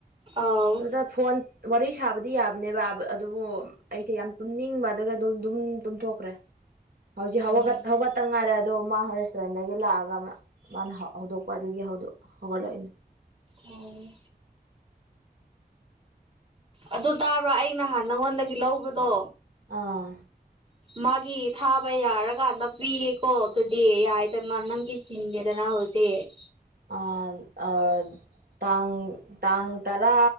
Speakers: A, on the right (about 35°); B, on the right (about 65°).
A: ꯑꯥꯎ
B: ꯑꯣꯗ ꯐꯣꯟ ꯋꯥꯔꯤ ꯁꯥꯕꯗꯤ ꯌꯥꯕꯅꯦꯕ ꯑꯗꯨꯕꯨ ꯑꯩꯁꯦ ꯌꯥꯝ ꯇꯨꯝꯅꯤꯡꯕꯗꯒ ꯑꯗꯨ ꯑꯗꯨꯝ ꯇꯨꯝꯊꯣꯛꯈ꯭ꯔꯦ ꯍꯧꯖꯤ
A: ꯎꯝ
B: ꯍꯒ ꯍꯒ ꯇꯪꯉꯔꯦ ꯑꯗꯣ ꯃꯥ ꯔꯦꯁꯇꯨꯔꯦꯟꯗꯒꯤ ꯂꯥꯛꯑꯒ ꯃꯥꯅ ꯍꯧꯗꯣꯛꯄ ꯑꯗꯨꯒꯤ ꯍꯧꯗ ꯍꯧꯒꯠꯂꯛꯏꯅꯦ
A: ꯑꯣ ꯑꯗꯨ ꯇꯥꯕ꯭ꯔꯣ ꯑꯩ ꯅꯍꯥꯟ ꯅꯪꯉꯣꯟꯗꯒꯤ ꯂꯧꯕꯗꯣ
B: ꯑꯥ
A: ꯃꯥꯒꯤ ꯊꯥꯕ ꯌꯥꯔꯀꯥꯟꯗ ꯄꯤꯌꯦꯀꯣ ꯑꯗꯨꯗꯤ ꯌꯥꯏꯗꯅ ꯅꯪꯒꯤ ꯆꯤꯟꯒꯦꯗꯅ ꯍꯧꯖꯤꯛ ꯎꯆ
B: ꯑ ꯑ ꯇꯥꯡ ꯇꯥꯡ ꯇꯔꯥ